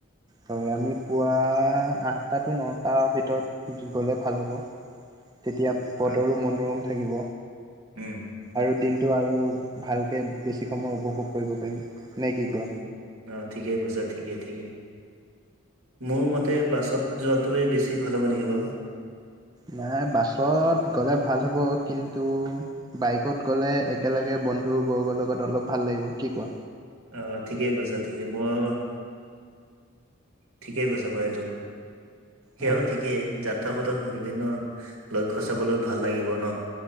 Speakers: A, on the right (about 20°); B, on the right (about 85°).
A: হয় আমি পুৱা আঠটাটো নটাৰ ভিতৰত গ'লে ভাল হ'ব তেতিয়া বতৰো
B: অ
A: মনোৰম থাকিব
B: উম
A: আৰু দিনটো আৰু ভালকে বেছি সময় উপভোগ কৰিব পাৰিম নে কি কয়
B: উম অ ঠিকেই কৈছা ঠিকেই ঠিকেই মোৰ মতে বাছত যোৱাটোৱে বেছি ভাল হ'ব নেকি বাৰু
A: নাই বাছত গ'লে ভাল হ'ব কিন্তু বাইকত গ'লে একেলগে বন্ধুবৰ্গৰ লগত অলপ ভাল লাগিব কি কোৱা
B: অ ঠিকেই কৈছা ঠিকে মই ঠিকে কৈছে বা এইটো সেয়াও
A: হয়
B: ঠিকেই যাত্ৰাপথত বিভিন্ন লক্ষ্য চাবলৈ ভাল লাগিব ন